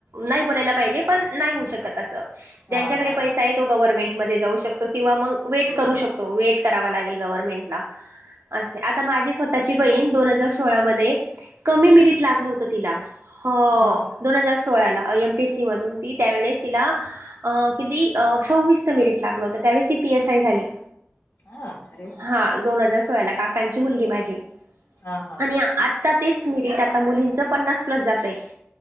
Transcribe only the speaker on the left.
हा हा
हो
हम्म
हा
हा, अरे वा.
हा हा